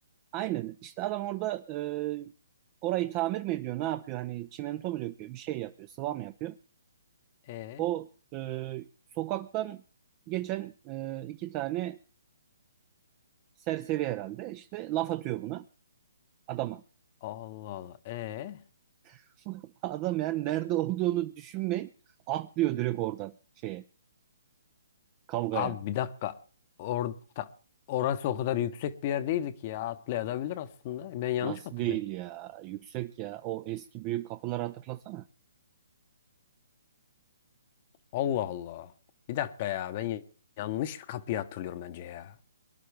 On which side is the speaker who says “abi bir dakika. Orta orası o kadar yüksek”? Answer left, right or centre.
Left